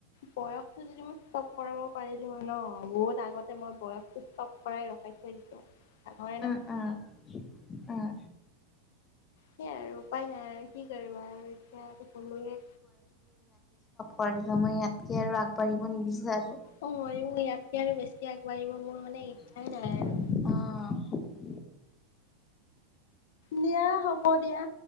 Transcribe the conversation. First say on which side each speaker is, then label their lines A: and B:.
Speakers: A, on the left (about 60°); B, on the left (about 25°).
A: বয়সটো যদি মই চব কৰাব পাৰিলো ন বহুত আগত মই বয়টো চব কৰাই ৰখাই থৈ দিলো ডাঙৰে
B: উম
A: নহওঁ।
B: উম উম।
A: সেইয়াই আৰু উপায় নাই আৰু কি কৰিবা আৰু এতিয়াতো কোনোৱে
B: পৰিকমই ইয়াতকে আৰু আগবাঢ়িব নিবিচাৰু
A: অ মই ইয়াতকে আৰু বেছি আগবাঢ়িব মোৰ মানে
B: অ
A: নাই আৰু দিয়া হ'ব দিয়া